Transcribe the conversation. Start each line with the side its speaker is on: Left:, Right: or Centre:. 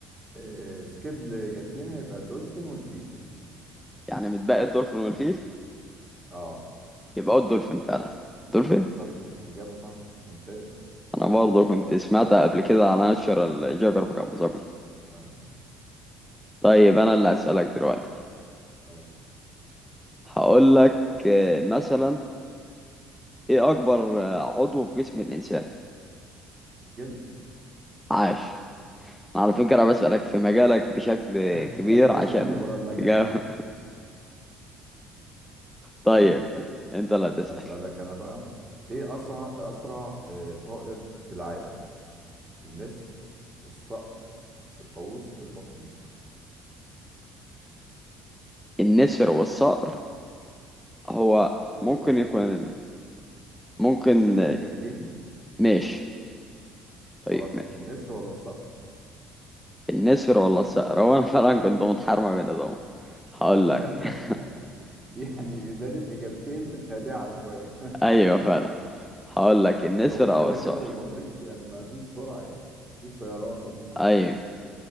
Right: آه، سكيب اللي جبتنا يبقى الدولفين والفيل
Centre: يعني متبقي الدولفين والفيل
Right: اه
Centre: يبقى هو الدولفين فعلا دولفين
Right: صح إجابة صح ممتاز
Centre: انا برضه كنت سمعتها قبل كده على ناشونال جيوغرافيك ابو ظبي
Right: أيوة،
Centre: طيب انا اللي هسألك دلوقتي
Right: تمام.
Centre: هقول لك آه، مثلا ايه اكبر آه، عضو في جسم الانسان
Right: الجلد
Centre: عاش انا على فكرة بسألك في مجالك بشكل
Right: <laughs>
Centre: كبير عشان
Right: اسألني بره المجال
Centre: تجاوب
Right: بقى
Centre: <laughs>
Right: <laughs>
Centre: طيب
Right: طيب
Centre: انت لا تسأل
Right: أسألك أنا بقى إيه أسرع أسرع آه، طائر في العالم النسر الصقر الطاووس البطريق
Centre: النسر والصقر هو
Right: الطاووس
Centre: ممكن يكون
Right: والبطريق
Centre: ال... ممكن
Right: اشيل لك اجابتين
Centre: ماشي طيب
Right: خلاص
Centre: ماشي
Right: النسر ولا الصقر
Centre: النسر ولا الصقر هو انا فعلا كنت متحرمة بين ده هقول لك
Right: <laughs>
Centre: <laughs>
Right: دي يعني ازاله اجابتين خادعه شويه
Centre: ايوه فعلا هقول
Right: <laughs>
Centre: لك
Right: لان
Centre: النسر
Right: الطاووس
Centre: او
Right: كده
Centre: الصقر
Right: كده والبطريق يعني ما فيش سرعه يعني ما فيش طيران يعني
Centre: ايوه